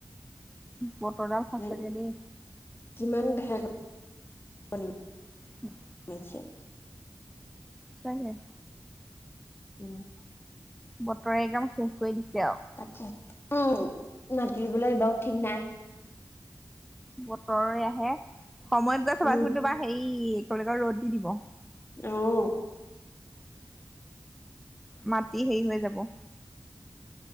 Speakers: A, in the centre; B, on the left.
A: বতৰডাল সঁচাকে
B: নাই,
A: দেই।
B: কিমান <unintelligible>
A: <unintelligible>
B: <unintelligible>
A: চোৱা নাই।
B: কোৱা।
A: বতৰে একদম সো কই দিছে আও।
B: তাকে উম, মাতিবলৈ এইবাৰো ঠিক নাই।
A: বতৰৰে আহে সময়ত গৈ চাবাচোন
B: উম
A: তোমাৰ হেৰি <unintelligible> ৰ'দ দি দিব।
B: অহ,
A: মাত। ই হেৰি হৈ যাব।